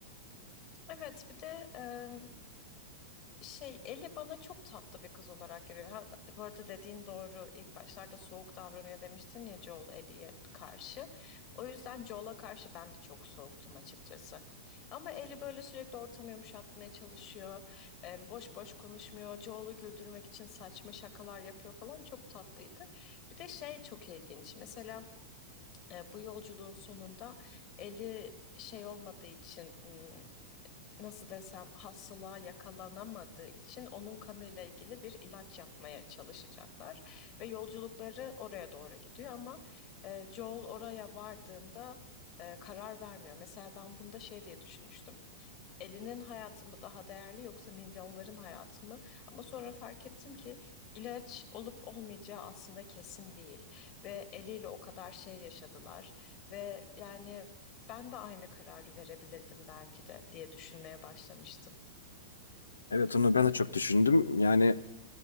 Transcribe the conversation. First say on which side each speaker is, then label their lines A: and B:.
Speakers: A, on the left; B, on the left.
A: Evet, bir de em, şey Ellie bana çok tatlı bir kız olarak görüyor. Ha, bu arada dediğin doğru. İlk başlarda soğuk davranıyor demiştin ya Joel Ellie'ye karşı. O yüzden Joel'a karşı ben de çok soğuktum açıkçası. Ama Ellie böyle sürekli ortamı yumuşatmaya çalışıyor. Em, boş boş konuşmuyor. Joel'u güldürmek için saçma şakalar yapıyor falan. Çok tatlıydı. Bir de şey çok ilginç. Mesela e, bu yolculuğun sonunda Ellie şey olmadığı için hmm, nasıl desem hastalığa yakalanamadığı için onun kanıyla ilgili bir ilaç yapmaya çalışacaklar ve yolculukları oraya doğru gidiyor ama e, Joel oraya vardığında e, karar vermiyor. Mesela ben bunda şey diye düşünmüştüm elinin hayatı mı daha değerli yoksa milyonların hayatı mı? Ama sonra fark ettim ki ilaç olup olmayacağı aslında kesin değil ve eliyle o kadar şey yaşadılar ve yani ben de aynı kararı verebilirdim belki de diye düşünmeye başlamıştım.
B: Evet onu ben de çok düşündüm. Yani